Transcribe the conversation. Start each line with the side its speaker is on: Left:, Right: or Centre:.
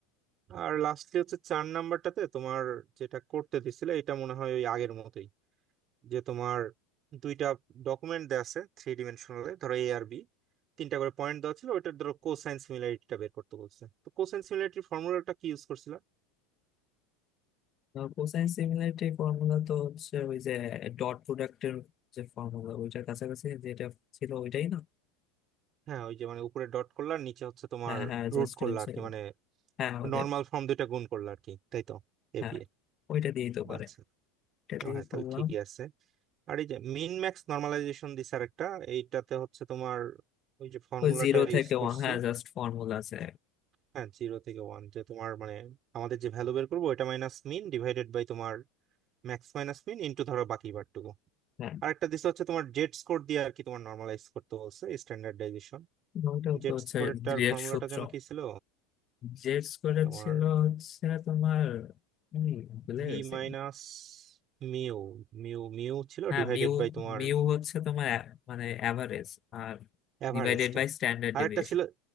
Right: আর লাস্টলি হচ্ছে চার নাম্বারটাতে তোমার যেটা করতে দিছিলে এটা মনে হয় ওই আগের মতোই যে তোমার দুইটা ডকুমেন্ট দেওয়া আছে থ্রি ডিমেনশনালে ধরো এ আর বি তিনটা করে পয়েন্ট দেওয়া ছিল ওইটার ধরো কোসাইন সিমিলারিটিটা বের করতে বলছে তো কোসাইন সিমিলারিটির ফর্মুলাটা কি ইউজ করছিলা
Left: কোসাইন সিমিলারিটি ফর্মুলা তো হচ্ছে ওই যে ডট প্রোডাক্টের যে ফর্মুলা ওইটার কাছাকাছি যেটা ছিল ওইটাই না
Right: হ্যাঁ ওই যে মানে উপরে ডট করলা আর নিচে হচ্ছে তোমার
Left: হ্যাঁ হ্যাঁ
Right: রুট
Left: জাস্ট
Right: করলা
Left: হচ্ছে
Right: আর কি মানে
Left: হ্যাঁ ওদের
Right: নর্মাল ফর্ম দুইটা গুণ করলা আর কি তাই তো এ
Left: হ্যাঁ
Right: বি এর
Left: ওইটা দিয়েই তো করে
Right: আচ্ছা
Left: এটা দিয়ে
Right: ও হ্যাঁ তাহলে
Left: করলাম
Right: ঠিকই আছে আর এই যে মিন ম্যাক্স নর্মালাইজেশন দিছে আরেকটা এইটাতে হচ্ছে তোমার ওই যে ফর্মুলাটা
Left: ওই জিরো
Right: ইউজ
Left: থেকে ওয়ান
Right: করছি
Left: হ্যাঁ জাস্ট ফর্মুলা আছে
Right: হ্যাঁ জিরো থেকে ওয়ান যে তোমার মানে আমাদের যে ভ্যালু বের করবো ওইটা মাইনাস মিন ডিভাইডেড বাই তোমার ম্যাক্স মাইনাস মিন ইনটু ধরো বাকি বারটুকু
Left: হ্যাঁ,
Right: আর একটা দিছে হচ্ছে তোমার জেড স্কোর দিয়ে আর কি তোমার নর্মালাইজ করতে বলছে স্ট্যান্ডার্ডাইজেশন
Left: ওইটা
Right: জেড
Left: তো হচ্ছে
Right: স্কোরেরটার
Left: ডিরেক্ট
Right: ফর্মুলাটা
Left: সূত্র
Right: যেন কি ছিল
Left: জেড স্কোয়ার
Right: তোমার
Left: ছিল হচ্ছে তোমার উম, ভুলে
Right: ভি
Left: গেছি
Right: মাইনাস মিউ মিউ মিউ ছিল
Left: হ্যাঁ
Right: ডিভাইডেড
Left: মিউ
Right: বাই তোমার
Left: মিউ হচ্ছে তোমার এ- মানে অ্যাভারেজ আর
Right: অ্যাভারেজটা
Left: ডিভাইডেড বাই স্ট্যান্ডার্ড
Right: আর
Left: ডেভিয়েশন
Right: একটা ছিল